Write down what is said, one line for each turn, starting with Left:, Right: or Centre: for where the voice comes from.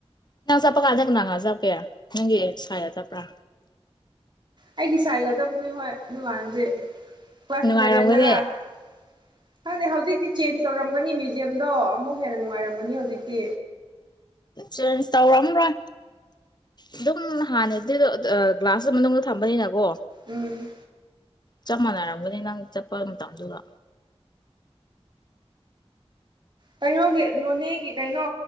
Left: ꯅꯪ ꯆꯠꯄ ꯀꯥꯟꯗ ꯀꯅꯅꯥ ꯆꯠꯀꯦ ꯅꯪꯒꯤ ꯁꯥꯢꯒ ꯆꯠꯄ꯭ꯔꯥ
Right: ꯑꯩꯒꯤ ꯁꯥꯏꯒ ꯆꯠꯄꯅ‌ꯦ ꯍꯣꯏ ꯑꯗꯨꯉꯥꯟꯗꯗꯤ ꯐꯁ
Left: ꯅꯨꯡꯉꯥꯏꯔꯝꯒꯅꯤ
Right: ꯦꯚꯦꯟꯗ꯭ꯔ <inaudible> ꯈꯪꯗꯦ ꯍꯧꯖꯤꯛꯇꯤ ꯆꯦꯟꯖ ꯇꯧꯔꯝꯒꯅꯤ ꯃ꯭ꯌꯨꯖꯤꯌꯝꯗꯣ ꯑꯃꯨꯛ ꯍꯦꯟꯅ ꯅꯨꯡꯉꯥꯏꯔꯝꯒꯅꯤ ꯍꯧꯖꯤꯛꯇꯤ
Left: ꯆꯦꯟꯖ ꯇꯧꯔꯝ꯭ꯔꯣꯏ ꯑꯗꯨꯝ ꯍꯥꯟꯅꯗꯤ ꯒ꯭ꯂꯥꯁ ꯃꯅꯨꯡꯗ ꯊꯝꯕꯅꯤꯅꯀꯣ
Right: ꯎꯝ
Left: ꯆꯞ ꯃꯥꯟꯅꯔꯝꯒꯅꯤ ꯅꯪ ꯆꯠꯄ ꯃꯇꯝꯗꯨꯗ
Right: ꯀꯩꯅꯣꯒꯤ ꯅꯣꯅꯦꯒꯤ ꯀꯩꯅꯣ